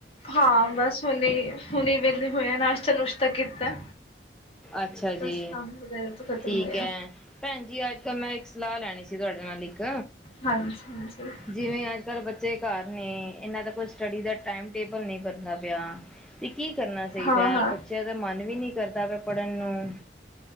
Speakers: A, on the left (about 35°); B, in the centre.
A: ਹਾਂ ਬਸ ਹੁਣੇ ਹੁਣੇ ਵਿਹਲੇ ਹੋਏ ਆ ਨਾਸ਼ਤਾ ਨੁਸ਼ ਤਾ ਕੀਤਾ।
B: ਅੱਛਾ ਜੀ
A: ਬਸ ਕੰਮ ਵਗੈਰਾ ਤੋਂ ਖ਼ਤਮ
B: ਠੀਕ
A: ਹੋਇਆ
B: ਹੈ ਭੈਣ ਜੀ ਅੱਜ ਕੱਲ੍ਹ ਮੈਂ ਇੱਕ ਸਲਾਹ ਲੈਣੀ ਸੀ ਤੁਹਾਡੇ ਨਾਲ ਇੱਕ
A: ਹਾਂਜੀ ਹਾਂਜੀ
B: ਜਿਵੇਂ ਅੱਜ ਕੱਲ੍ਹ ਬੱਚੇ ਘਰ ਨੇ ਇਹਨਾਂ ਦਾ ਕੋਈ ਸਟੱਡੀ ਦਾ ਟਾਈਮ ਟੇਬਲ ਨਹੀਂ ਬ ਦਾ ਪਿਆ ਤੇ ਕੀ ਕਰਨਾ ਚਾਹੀਦਾ
A: ਹਾਂ ਹਾਂ
B: ਬੱਚਿਆਂ ਦਾ ਮਨ ਵੀ ਨੀ ਕਰਦਾ ਵ ਪੜ੍ਹਨ ਨੂੰ